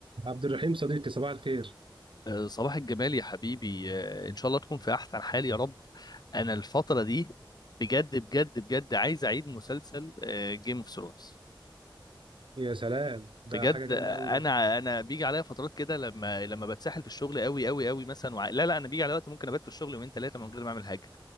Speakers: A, on the right; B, on the left.
A: عبد الرحيم صديقي صباح الخير
B: آه، صباح الجمال يا حبيبي آه، ان شاء الله تكون في احسن حال يا رب انا الفتره دي بجد بجد بجد عايز اعيد مسلسل جيم اوف ثرونز
A: يا سلام ده
B: بجد
A: حاجة جامدة قوي
B: انا
A: ده
B: انا بيجي عليا فترات كده لما لما بتسحل في الشغل قوي قوي قوي مثلا وع... لا لا انا بيجي عليا وقت ممكن ابات في الشغل يومين ثلاثه من غير ما اعمل حاجه